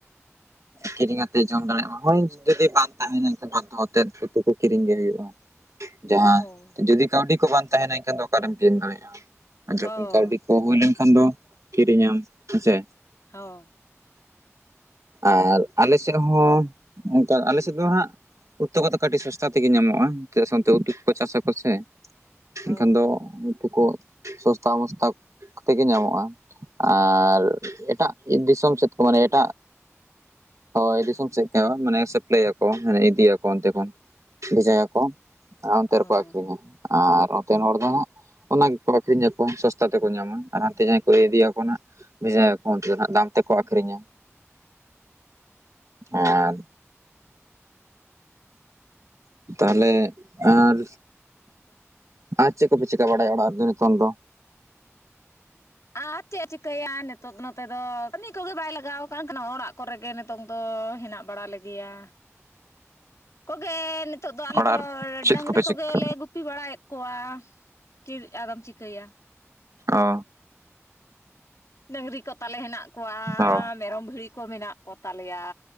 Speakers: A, on the right; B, on the left.
A: ᱠᱤᱨᱤᱧ ᱟᱛᱮ ᱡᱚᱢ ᱫᱟᱲᱮᱭᱟᱜ ᱢᱟ ᱦᱳᱭ ᱡᱩᱫᱤ ᱵᱟᱝ ᱛᱟᱦᱮᱱᱟ ᱮᱱᱠᱷᱟᱱ <unintelligible> ᱛᱮᱫ ᱩᱛᱩ ᱠᱚ ᱠᱤᱨᱤᱧ ᱜᱮ ᱦᱩᱭᱩᱜᱼᱟ᱾ ᱡᱟᱦᱟᱸ
B: ᱦᱳᱭ
A: ᱡᱩᱫᱤ ᱠᱟᱹᱣᱰᱤ ᱠᱚ ᱵᱟᱝ ᱛᱟᱦᱮᱱᱟ ᱮᱱᱠᱷᱟᱱ ᱫᱚ ᱚᱠᱟᱨᱮᱢ ᱠᱮᱨᱮᱧ ᱫᱟᱲᱮᱭᱟᱜᱼᱟ᱾ ᱡᱚᱠᱷᱚᱱ
B: ᱦᱳᱭ
A: ᱠᱟᱹᱣᱰᱤ ᱠᱚ ᱦᱩᱭ ᱞᱮᱱᱠᱷᱟᱱ ᱫᱚ ᱠᱤᱨᱤᱧᱟᱢ ᱦᱮᱸᱥᱮ?
B: ᱦᱳᱭ᱾
A: ᱟᱨ ᱟᱞᱮ ᱥᱮᱫ ᱦᱚᱸ ᱢᱤᱛᱟᱭ ᱟᱞᱮ ᱥᱮᱫ ᱫᱚ ᱦᱟᱜ ᱩᱛᱩ ᱠᱚᱫᱚ ᱠᱟᱹᱴᱤᱡ ᱥᱚᱥᱛᱟ ᱛᱮᱜᱮ ᱧᱟᱢᱚᱜᱼᱟ, ᱪᱮᱫᱟᱜ ᱥᱮ ᱚᱱᱛᱮ ᱩᱛᱩ ᱠᱚᱠᱚ ᱪᱟᱥᱟ ᱠᱚ ᱥᱮ᱾ ᱮᱱᱠᱷᱟᱱ
B: ᱚ
A: ᱫᱚ ᱩᱛᱩ ᱠᱚ ᱥᱚᱥᱛᱟ ᱢᱚᱥᱛᱟ ᱠᱟᱛᱮ ᱜᱮ ᱧᱟᱢᱚᱜᱼᱟ᱾ ᱟᱨ
B: ᱚ
A: ᱮ-ᱮᱴᱟᱜ ᱵᱤᱨ ᱫᱤᱥᱚᱢ ᱥᱮᱫ ᱠᱚ ᱢᱟᱱᱮ ᱮᱴᱟᱜ ᱦᱚᱭ ᱫᱤᱥᱚᱢ ᱥᱮᱫ ᱦᱮ ᱢᱟᱱᱮ ᱥᱮᱯᱞᱮᱭ ᱟᱠᱚ ᱢᱟᱱᱮ ᱤᱫᱤᱭᱟᱠᱚ ᱚᱱᱛᱮ ᱠᱷᱚᱱ ᱵᱷᱮᱡᱟᱭᱟᱠᱚ᱾ ᱦᱚᱱᱛᱮ
B: ᱚ
A: ᱨᱮᱠᱚ ᱟᱠᱷᱨᱤᱧᱟ ᱟᱨ ᱚᱛᱮᱱ ᱦᱚᱲ ᱫᱚ ᱦᱟᱸᱜ ᱚᱱᱟ ᱜᱮᱠᱚ ᱟᱠᱷᱨᱤᱧᱟ ᱠᱚ ᱥᱚᱥᱛᱟ ᱛᱮᱠᱚ ᱧᱟᱢᱟ, ᱟᱨ ᱦᱟᱱᱛᱮ ᱡᱟᱦᱟᱸᱭ ᱠᱚ ᱤᱫᱤᱭᱟ ᱠᱚ ᱱᱟᱦᱟᱜ <inaudible> ᱫᱟᱢ ᱛᱮᱠᱚ ᱟᱠᱷᱨᱤᱧᱟ᱾ ᱟᱨ
B: <inaudible>
A: ᱛᱟᱦᱚᱞᱮ ᱟᱨ ᱟᱨ ᱪᱮᱜ ᱠᱚᱯᱮ ᱪᱮᱠᱟ ᱵᱟᱲᱟᱭᱟ ᱚᱲᱟᱜ ᱨᱮᱫᱚ ᱱᱤᱛᱚᱝ ᱫᱚ?
B: ᱟᱨ ᱪᱮᱜ ᱮ ᱪᱤᱠᱟᱹᱭᱟ ᱱᱤᱛᱚᱜ ᱱᱚᱛᱮ ᱫᱚ ᱠᱟᱹᱢᱤ ᱠᱚᱜᱮ ᱵᱟᱭ ᱞᱟᱜᱟᱣ ᱠᱟᱱ ᱠᱷᱟᱱ ᱚᱲᱟᱜ ᱠᱚᱨᱮᱜᱮ ᱱᱮ ᱛᱚᱝ ᱫᱚ ᱦᱮᱱᱟᱜ ᱵᱟᱲᱟ ᱞᱮᱜᱮᱭᱟ, ᱠᱚᱜᱮ ᱛᱚᱜ ᱫᱚ ᱟᱞᱮᱫᱚ
A: ᱚᱲᱟᱜ ᱪᱮᱫ
B: ᱰᱟᱹᱝᱨᱤ
A: ᱠᱚᱯᱮ
B: ᱠᱚᱜᱮ
A: ᱪᱤᱠᱟᱹ
B: ᱞᱮ ᱜᱩᱯᱤ ᱵᱟᱲᱟᱭᱮᱫ ᱠᱚᱣᱟ᱾ ᱪᱤᱜ ᱟᱫᱚᱢ ᱪᱤᱠᱟᱹᱭᱟ?
A: ᱚ
B: ᱰᱟᱹᱝᱨᱤ ᱠᱚ ᱛᱟᱞᱮ ᱦᱮᱱᱟᱜ ᱠᱚᱣᱟ
A: ᱚ
B: ᱢᱮᱨᱚᱢ ᱵᱷᱤᱲᱤ ᱠᱚ ᱢᱮᱱᱟᱜ ᱠᱚᱛᱟᱞᱮᱭᱟ